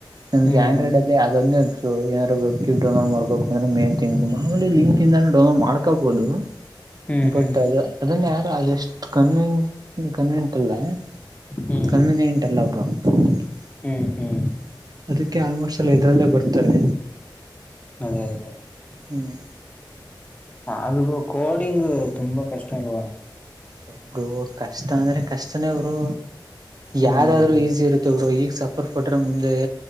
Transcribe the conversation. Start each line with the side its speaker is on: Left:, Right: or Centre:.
Right: ಹ
Left: ಹ್ಮ್
Right: ಆಂಡ್ರ್ಡ್
Left: ಹ್ಮ್
Right: ಅಂದ್ರೆ ಅದೊಂದೇಪ್ಸ್ ಏನಾದ್ರು ಕಿಪ್ ಡೌನ್ಲೋಡ್ ಮಾಡ್ಬೇಕು ಮೇಥಿಂಕ್ ಮಾಮೂಲಿ ಲಿಂಕ್ಇಂದನು ಡೌನ್ಲೋಡ್ ಮಾಡ್ಕೊಬಹುದು
Left: ಹ್ಮ್
Right: ಬಟ್
Left: ಹ್ಮ್
Right: ಅದ ಅದನ್ನ ಯಾರು ಅದೆಷ್ಟು ಕನ್ನ್ ಕನ್ನ್ <inaudible>
Left: ಹ್ಮ್ ಹ್ಮ್ ಹ್ಮ್
Right: ಅದಕ್ಕೆ ಆಲ್ಮೋಶಲ್ಲಿ ಇದದ್ರಲ್ಲೇ ಬರ್ತಾರೆ
Left: ಅದೇ ಅದೇ
Right: ಹ್ಮ್
Left: ಅಲಗೂ ಕೋಡಿಂಗ್ ತುಂಬಾ ಕಷ್ಟ ಅಲ್ವಾ
Right: ಒಬ್ರು ಕಷ್ಟ ಅಂದ್ರೆ ಕಷ್ಟನೇ ಒಬ್ರು ಯಾರಾದ್ರು
Left: ಹ್ಮ್ ಹ್ಮ್
Right: ಈಸಿ ಇರುತ್ತ ಬ್ರೋ ಈಗ ಸಬ್ ಫರ್ ಕೊಟರೆೆ ಮುಂದೆ